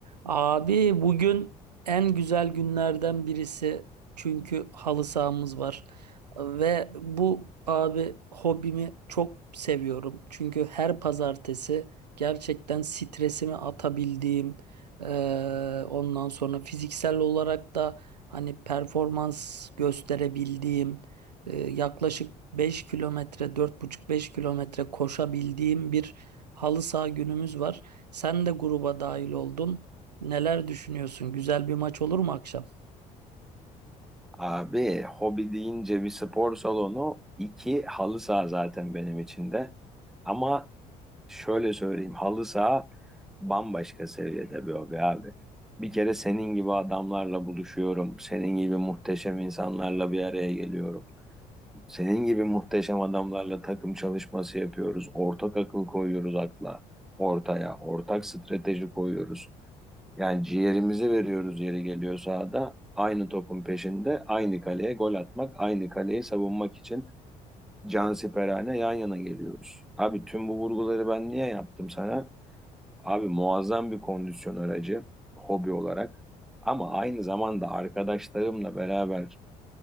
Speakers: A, on the right; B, in the centre.
A: Abi bugün en güzel günlerden birisi çünkü halı sahamız var ve bu abi hobimi çok seviyorum. Çünkü her pazartesi gerçekten stresimi atabildiğim eee, ondan sonra fiziksel olarak da hani performans gösterebildiğim eee, yaklaşık 5 kilometre dört buçuk beş kilometre koşabildiğim bir halı saha günümüz var. Sen de gruba dahil oldun. Neler düşünüyorsun? Güzel bir maç olur mu akşam?
B: Abi hobi deyince bir spor salonu, iki halı saha zaten benim için de. Ama şöyle söyleyeyim halı saha bambaşka seviyede bir hobi abi. Bir kere senin gibi adamlarla buluşuyorum. Senin gibi muhteşem insanlarla bir araya geliyorum. Senin gibi muhteşem adamlarla takım çalışması yapıyoruz. Ortak akıl koyuyoruz akla, ortaya. Ortak strateji koyuyoruz. Yani ciğerimizi veriyoruz yeri geliyor sahada. Aynı topun peşinde, aynı kaleye gol atmak, aynı kaleyi savunmak için cansiperane yan yana geliyoruz. Abi tüm bu vurguları ben niye yaptım sana? Abi muazzam bir kondisyon aracı hobi olarak. Ama aynı zamanda arkadaşlarımla beraber